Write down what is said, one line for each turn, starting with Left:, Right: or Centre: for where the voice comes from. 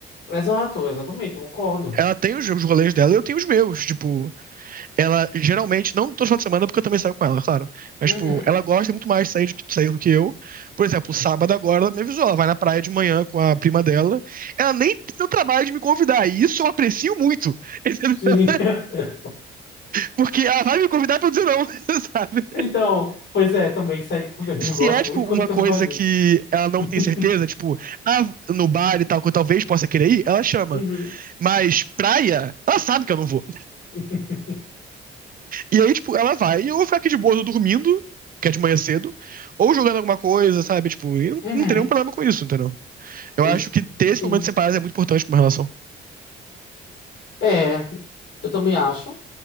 Left: Exato, exatamente, eu concordo.
Right: Ela tem os, os rolês dela e eu tenho os meus. Tipo, Ela geralmente, não todo final de semana, porque eu também saio com ela, claro. Mas,
Left: Uhum,
Right: tipo, ela gosta muito mais de sair, de sair do que eu. Por exemplo, sábado agora, ela me avisou, ela vai na praia de manhã com a prima dela. Ela nem tem o trabalho de me convidar, e isso eu aprecio muito. <laughs>
Left: sim. <laughs>
Right: Porque ela vai me convidar pra eu dizer não, <laughs> sabe?
Left: Então, pois é, também isso aí também.
Right: Se
Left: Eu gosto
Right: é, tipo,
Left: muito
Right: uma
Left: quando o pessoal
Right: coisa
Left: faz
Right: que
Left: isso.
Right: ela não
Left: <laughs>
Right: tem certeza, tipo, ah, no bar e tal, que eu talvez possa querer ir, ela chama.
Left: Uhum.
Right: Mas praia, ela sabe que eu não vou.
Left: Uhum.
Right: E aí, tipo, ela vai e eu vou ficar aqui de boa, tô dormindo, que é de manhã cedo, ou jogando alguma coisa, sabe? Tipo, e não,
Left: Uhum.
Right: não tem nenhum problema com isso, entendeu? Eu
Left: Ex-
Right: acho que ter esse
Left: Sim.
Right: momento separado é muito importante pra uma relação.
Left: É, eu também acho.